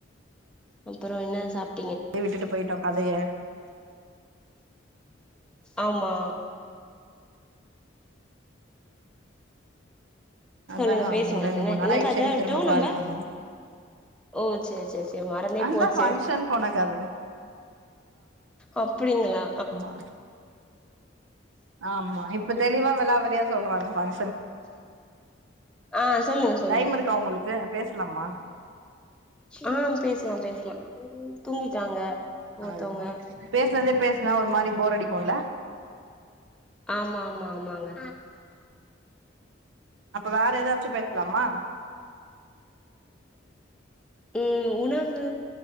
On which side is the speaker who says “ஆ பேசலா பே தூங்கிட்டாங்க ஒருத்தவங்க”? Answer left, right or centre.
Centre